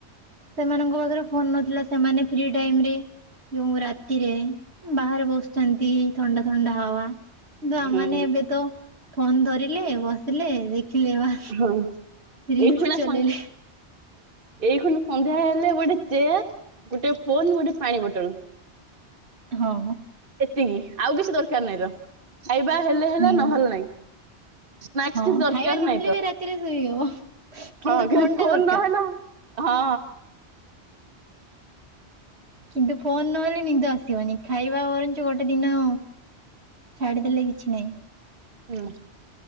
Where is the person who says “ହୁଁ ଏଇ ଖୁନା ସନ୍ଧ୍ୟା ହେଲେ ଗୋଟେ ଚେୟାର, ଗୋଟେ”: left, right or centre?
Right